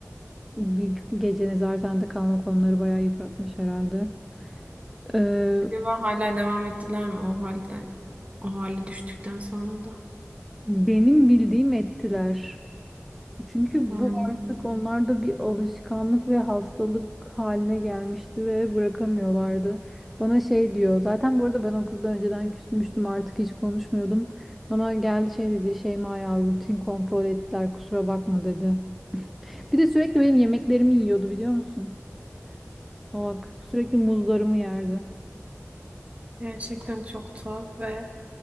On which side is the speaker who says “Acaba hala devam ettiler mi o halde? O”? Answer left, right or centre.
Right